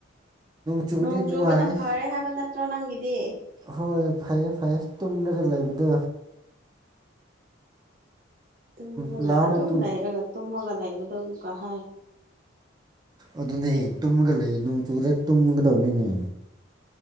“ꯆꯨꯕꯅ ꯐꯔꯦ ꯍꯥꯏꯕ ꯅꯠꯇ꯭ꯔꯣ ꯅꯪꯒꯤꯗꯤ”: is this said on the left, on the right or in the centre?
Right